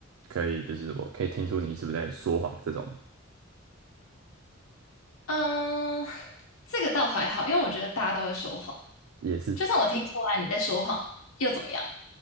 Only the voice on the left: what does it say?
嗯，呃这个倒还好，因为我觉得大家都会说谎。
就算我听出来你在说谎，又怎么样？